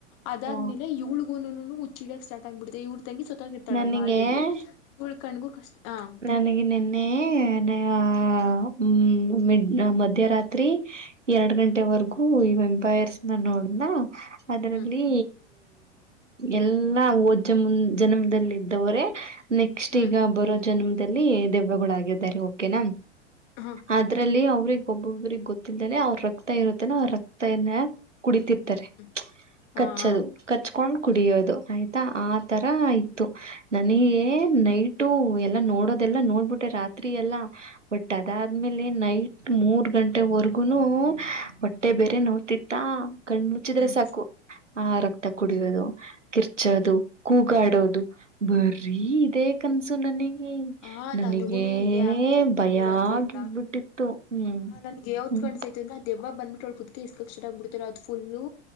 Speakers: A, on the left (about 40°); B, on the right (about 85°).
A: ಅದಾದ್ಮೇಲೆ
B: ಆ,
A: ಇವಳಳ್ಗುನು ಹುಚ್ಚಿಡಕ್ ಸ್ಟಾರ್ಟ್ ಆಗ್ಬಿಡ್ತೆ ಇವರ್ ತಂಗಿ ಸತ್ತೋಗ್ ಇರ್ತಳಲ್ವ
B: ನನಗೆ
A: ಆಲ್ರೆಡಿ. ಉಳ್ಕೊಂಡ್ಗು ಕಷ್ ಹಾಂ
B: ನನಗೆ ನಿನ್ನೆ ನ ಅ ಹ್ಮ್ ಮಧ್ಯರಾತ್ರಿ ಎರಡ್
A: ಹ
B: ಗಂಟೆವರೆಗೂ
A: ಹ್ಮ್
B: ಈ ವೆಂಪೈರ್ಸ್ನ ನೋಡ್ನಾ ಆದ್ರಲ್ಲಿ
A: ಹ್ಮ್
B: ಎಲ್ಲಾ ಹೋದ್ ಜನ್ಮಮುನ್ ಜನ್ಮದಲ್ಲ್ದಅವರೇ ನೆಕ್ಸ್ಟ್
A: ಹ್ಮ್
B: ಈಗ ಬರೋ ಜನ್ಮದಲ್ಲಿ ದೆವ್ವಗಳಾಗಿದ್ದಾರೆ ಓಕೆನಾ
A: ಹಾಂ
B: ಅದ್ರಲ್ಲಿ ಅವ್ರಗ್ ಒಬ್ಬೊಬ್ರಿಗ್ ಗೊತ್ತಲ್ದೇ ಅವ್ರ ರಕ್ತ ಇರುತ್ತೇನ ಅವರ್ ರಕ್ತನ ಕುಡಿತಿರ್ತಾರೆ
A: ಹ್ಮ್ ಹಾ
B: ಕಚ್ಚೋದು ಕಚ್ಕೊಂಡ್ ಕುಡಿಯೋದು
A: ಹ್ಮ್
B: ಆಯ್ತಾ ಆ ತರ ಇತ್ತು ನನಗೆ ನೈಟು ಎಲ್ಲಾ ನೋಡೋದೆಲ್ಲಾ ನೋಡ್ಬಿಟೆ ರಾತ್ರಿ ಎಲ್ಲಾ ಬಟ್ ಅದಾದ್ಮೇಲೆ ಲೆ ನೈಟ್ ಮೂರ್ ಗಂಟೆವರೆಗುನು ಹೊಟ್ಟೆ ಬೇರೆ ನೋವ್ತಿತ್ತಾ ಕಣ್ ಮುಚ್ಚಿದ್ರೆ
A: ಹ್ಮ್
B: ಸಾಕು ಆ ರಕ್ತ ಕುಡಿಯೋದು ಕಿರ್ಚೋದು ಕೂಗಾಡೋದು ಬರಿ
A: ಹ್ಮ್
B: ಇದೇ ಕನಸ್ಸು ನನಿಗೆ
A: ಆ
B: ನನಗೇ
A: ನನಗೂನು ಹೀಗೆ ಆಗ್ತಾ ಇತ್ತು
B: ಭಯ
A: ರಾತ್ರಿ
B: ಆಗ್ಬಿಟ್ಟಿತ್ತು
A: ಎಲ್ಲಾ
B: ಹ್ಮ್
A: ಆ ನನ್ಗೆ ಯಾವ್ದ್
B: ಹ್ಮ್
A: ಕಾಣ್ಸೈತೆ ಅಂದ್ರೆ ಆ ದೆವ್ವ ಬಂದಬಿಟ್ಟುಳ ಕುತ್ಕೆ ಎಸ್ಕಕ್ಷ ಆಗಿ ಬಿಡ್ತಾರ ಅದು ಫುಲ್ಲು